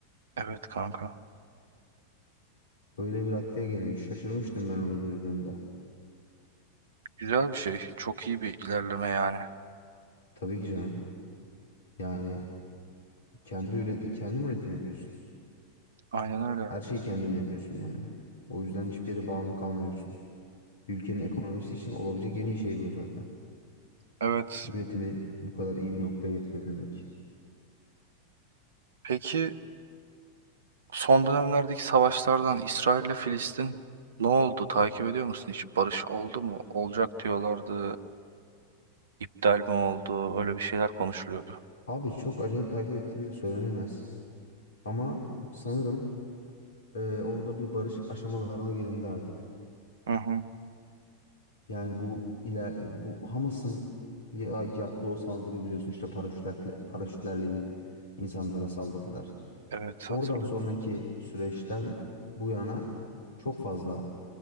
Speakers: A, on the right; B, on the left.
A: Evet kanka.
B: Öyle bir haddeye gelinmiş. Şaşırmıştım ben onu duyduğumda.
A: Güzel bir şey. Çok iyi bir ilerleme yani.
B: Tabii ki canım. Yani kendi üre- kendin üretim yapıyorsun.
A: Aynen öyle.
B: Her şeyi kendin yapıyorsun yani. O yüzden hiçbir yere bağımlı kalmıyorsun. Bir ülkenin ekonomisi için olabilecek en iyi şey bu zaten.
A: Evet.
B: Üretimi bu kadar iyi bir noktaya getirebilmek.
A: Peki son dönemlerdeki savaşlardan İsrail ile Filistin ne oldu? Takip ediyor musun hiç? Barış oldu mu? Olacak diyorlardı. İptal mi oldu? Öyle bir şeyler konuşuluyordu.
B: Abi çok acayip takip ettiğim de söylenemez. Ama sanırım e, orada bir barış aşamalarına gelindi artık.
A: Hı hı.
B: Yani bu iler, bu Hamas'ın ya- yaptığı o saldırıyı biliyorsun işte paraşütlerle, paraşütlerle inip insanlara saldırdılar.
A: Evet hatırlıyorum.
B: Oradan sonraki süreçten bu yana çok fazla